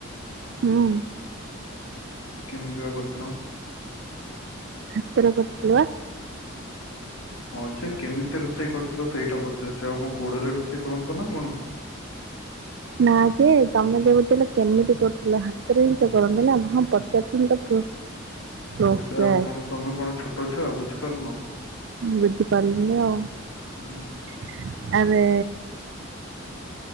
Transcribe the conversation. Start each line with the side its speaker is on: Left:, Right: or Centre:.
Right: ହୁଁ।
Left: କେମ୍ ତି ବା କରିଥିଲ?
Right: ହାତରେ କରିଥିଲି ଵା।
Left: ହଁ ଯେ କେମିତି ରୋଷେଇ କରିଥିଲ ସେଇଟା ପଚାରୁଚି ଆଉ କଣ ଗୋଡରେ ରୋଷେଇ କରନ୍ତ ନା କଣ।
Right: ନା ଯେ ତମେ ଯଉ କଉଥିଲ କେମିତି କରୁଥିଲ ହାତରେ ହିଁ ତ କରନ୍ତି ନା। ହଁ ପଚାରୁଥିଲି ତ <inaudible> ପ୍ରୋସେସ
Left: ପୋସା <inaudible> ଆଉ କଣ ତମେ କଣ ଛୋଟ ଛୁଆ ବୁଝିପାରୁନ
Right: ବୁଝି ପାର୍ ଲିନି ଆଉ
Left: ହୁଁ
Right: ଆରେ